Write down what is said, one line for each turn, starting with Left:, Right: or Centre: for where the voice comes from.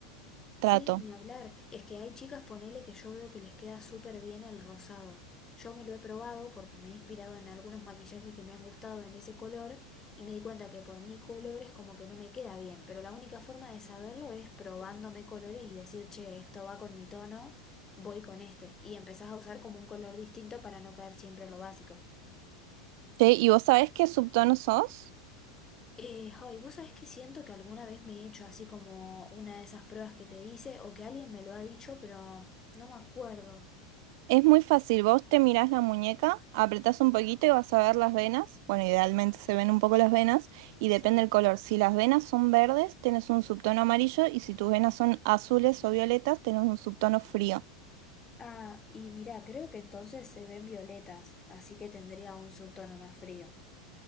Left: Sí,
Right: trato.
Left: ni hablar. Es que hay chicas, ponele, que yo veo que les queda súper bien el rosado. Yo me lo he probado porque me he inspirado en algunos maquillajes que me han gustado en ese color y me di cuenta que por mi color es como que no me queda bien. Pero la única forma de saberlo es probándome colores y decir, che, esto va con mi tono, voy con este. Y empezás a usar como un color distinto para no caer siempre en lo básico.
Right: ¿Sí? ¿Y vos sabés qué subtono sos?
Left: Eh, ay, vos sabés que siento que alguna vez me he hecho así como una de esas pruebas que te dice o que alguien me lo ha dicho, pero no me acuerdo.
Right: Es muy fácil, vos te mirás la muñeca, apretás un poquito y vas a ver las venas. Bueno, idealmente se ven un poco las venas y
Left: Sí.
Right: depende del color. Si las venas son verdes, tenés un subtono amarillo y si tus venas son azules o violetas, tenés un subtono frío.
Left: Ah, y mira, creo que entonces se ven violetas, así que tendría un subtono más frío.